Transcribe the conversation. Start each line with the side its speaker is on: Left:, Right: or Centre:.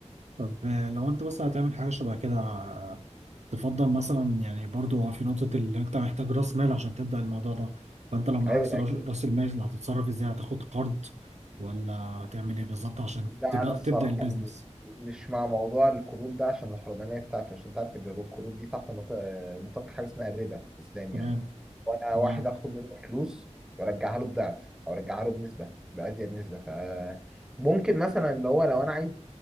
Right: طب آه، لو انت مثلا هتعمل حاجه شبه كده آه، تفضل مثلا يعني برضو في نقطه اللي انت محتاج راس مال عشان تبدا الموضوع ده فانت لو معكش
Centre: أيوة ده
Right: راس
Centre: أكيد
Right: رأس المال هتتصرف ازاي هتاخد قرض ولا هتعمل ايه بالظبط عشان
Centre: لا
Right: تبقى
Centre: انا الصراحه
Right: تبدا البيزنس
Centre: م- مش مع موضوع القروض ده عشان الحرمانيه بتاعته عشان تعرف ان القروض دي تحت نط- نطاق حاجه اسمها الربا في الاسلام
Right: تمام
Centre: يعني وانا
Right: تمام
Centre: واحد اخد منه فلوس وارجعها له بضعف او ارجعها له بنسبه بازيد نسبه ف ممكن مثلا اللي هو لو انا عايز